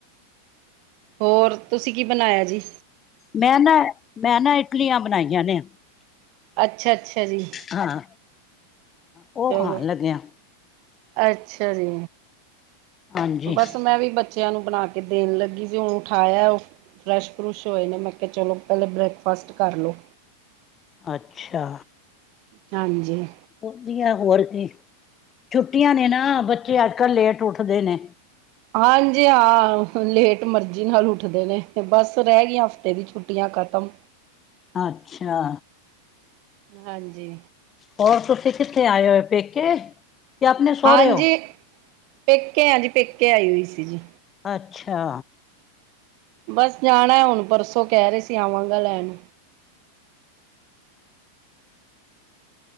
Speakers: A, on the right; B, on the left.
A: ਹੋਰ ਤੁਸੀਂ ਕੀ ਬਣਾਇਆ ਜੀ?
B: ਮੈਂ ਨਾ ਮੈਂ ਨਾ ਇਟਲੀਆਂ ਬਣਾਈਆਂ ਨੇ।
A: ਅੱਛਾ ਅੱਛਾ ਜੀ।
B: ਹਾਂ ਉਹ
A: ਚਲੋ
B: ਖਾਣ ਲੱਗਿਆ।
A: ਅੱਛਾ ਜੀ।
B: ਹਾਂਜੀ
A: ਬੱਸ ਮੈਂ ਵੀ ਬੱਚਿਆਂ ਨੂੰ ਬਣਾ ਕੇ ਦੇਣ ਲੱਗੀ ਸੀ। ਹੁਣ ਉਠਾਇਆ ਉਹ ਫਰੈਸ਼ ਫਰੁਸ਼ ਹੋਏ ਨੇ ਮੈਂ ਕਿਹਾ ਚਲੋ ਪਹਿਲੇ ਬ੍ਰੇਕਫਾਸਟ ਕਰਲੋ।
B: ਅੱਛਾ।
A: ਨਾਂਜੀੇ।
B: ਵਧੀਆ ਹੋਰ ਕੇ ਛੁੱਟੀਆਂ ਨੇ ਨਾ ਬੱਚੇ ਅੱਜ ਕਲ੍ਹ ਲੇਟ ਉੱਠਦੇ ਨੇ।
A: ਹਾਂਜੀ ਹਾਂ ਲੇਟ ਮਰਜ਼ੀ ਨਾਲ ਉੱਠਦੇ ਨੇ ਤੇ ਬਸ ਰਹਿ ਗਈਆਂ ਹਫ਼ਤੇ ਦੀ ਛੁੱਟੀਆਂ ਖਤਮ।
B: ਅੱਛਾ।
A: ਹਾਂਜੀ।
B: ਹੋਰ ਤੁਸੀਂ ਕਿੱਥੇ ਆਏ ਹੋਏ ਹੋ ਪੇਕੇ? ਕਿ ਆਪਣੇ ਸਹੁਰੇ
A: ਹਾਂਜੀ
B: ਹੋ
A: ਪੇਕੇ ਹਾਂ ਜੀ ਪੇਕੇ ਆਈ ਹੋਈ ਸੀ ਜੀ।
B: ਅੱਛਾ।
A: ਬਸ ਜਾਣਾ ਹੁਣ ਪਰਸੋਂ ਕਹਿ ਰਹੇ ਸੀ ਆਵਾਂਗਾ ਲੈਣ।